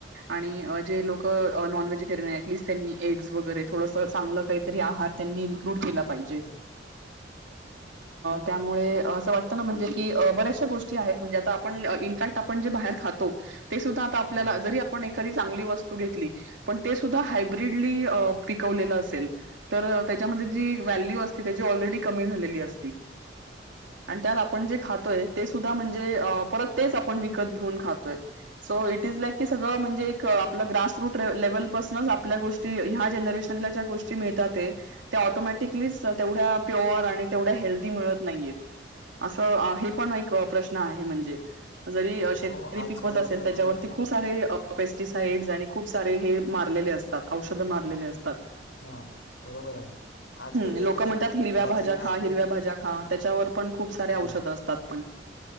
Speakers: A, on the right (about 85°); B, on the left (about 75°).
A: आणि जे लोक नॉन व्हेजिटेरियन टलिस्ट त्यांनी एग्स वगैरे थोडस चांगलं काहीतरी आहार त्यांनी इन्क्लूड केला पाहिजे त्यामुळे असं वाटतं ना म्हणजे की बऱ्याचशा गोष्टी आहेत म्हणजे आ आपण इनफॅक्ट आपण जे बाहेर खातो ते सुद्धा आता आपल्याला
B: हां
A: जरी -- एखादी चांगली वस्तू घेतली पण ते सुद्धा हाय ब्रीडली पिकवलेल आसेल तर त्याच्या मध्ये जी व्हॅल्यू असते ती कमी झालेली असती. आणि त्यात आपण जे खातोय ते सुद्धा म्हणजे परत तेच आपण विकत घेऊन खातोय सो इट इज लाईक की सगळं म्हणजे एक आप ग्रास रूट लेवल पाासनच आपल्या गोष्टी ह्या जनरेशनला ज्या गोष्टी मिळतात ते त्या ऑटोमॅटिकलीच तेवढ्या प्युअर आणि तेवढ्या हेल्दी मिळत नाहीयेत असं हे पण एक प्रश्न आहे म्हणजे? जरी शेतकरी
B: हो आजकालच्या
A: पिकवत असेल
B: जमान्यात
A: त्याच्यावरती खूप सारे पेस्टिसाइड्स आणि खूप सारे हे मारलेले असतात औषधं मारलेले असतात.
B: हां बरोबर आहे आजकालच्या
A: हम् लोक
B: जमान्यात
A: म्हणतात हिरव्या
B: भाजींना
A: भाज्या खा हिरव्या
B: खूप
A: भाज्या खा त्याच्यावर पण खूप सारे
B: हां
A: औषध असतात पण.